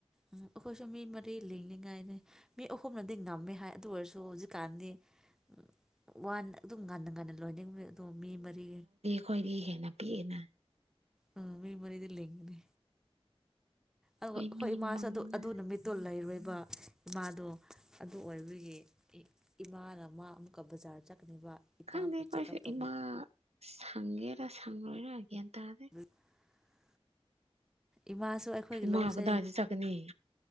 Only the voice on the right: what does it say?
ꯈꯣꯏꯗꯩ ꯍꯦꯟꯅ ꯄꯤꯛꯑꯦꯅ
ꯑꯩꯈꯣꯏ
ꯃꯤ
ꯃꯉꯥ
ꯈꯪꯗꯦ ꯈꯣꯏꯁꯨ
ꯏꯃꯥ ꯁꯪꯒꯦꯔ ꯁꯪꯔꯣꯏꯔ ꯒ꯭ꯌꯥꯟ ꯇꯥꯗꯦ
ꯏꯃꯥ
ꯀꯗꯥꯏꯗ ꯆꯠꯀꯅꯤ